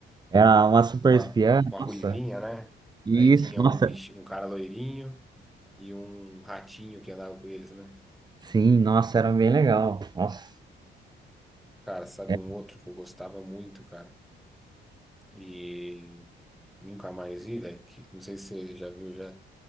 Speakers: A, on the right; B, in the centre.
A: Era uma super
B: uma,
A: espiã,
B: uma ruivinha,
A: nossa.
B: né?
A: Isso,
B: Daí tinha um
A: nossa.
B: bicho, um cara loirinho e um ratinho que andava com eles, né?
A: Sim, nossa, era bem legal. Nossa.
B: Cara, sabe
A: É.
B: um outro que eu gostava muito, cara? E Nunca mais vi, velho. que- Não sei se você já viu já,